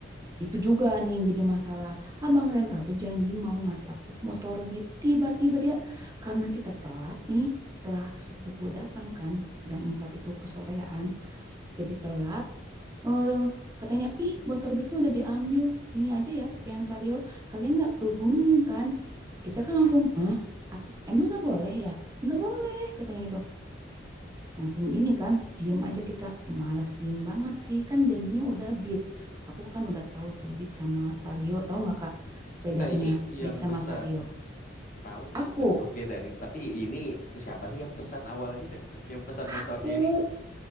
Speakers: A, on the right (about 20°); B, on the left (about 45°).
A: itu juga nih yang jadi masalah. Abang rental tuh janji mau ngasih aku motor Beat. Tiba-tiba dia karena kita telat nih setelah sepupu datang kan jam 4 itu kesorean. Jadi telat. Eh katanya, ih motor Beatnya udah diambil. Ini aja ya pakai yang Vario. Kalian nggak ke gunung kan? Kita kan langsung, ah apa? Emang nggak boleh ya? Nggak boleh katanya gitu langsung ini kan diem aja kita malesin banget sih kan janjinya udah beat aku kan udah tahu tuh beat sama vario tahu nggak kak bedanya
B: Enggak, ini yang
A: beat sama
B: pesan.
A: vario
B: Tahu
A: aku
B: sih bentuknya dari, tapi ini siapa sih yang pesan awalnya? <laughs> Yang pesan motornya
A: aku
B: ini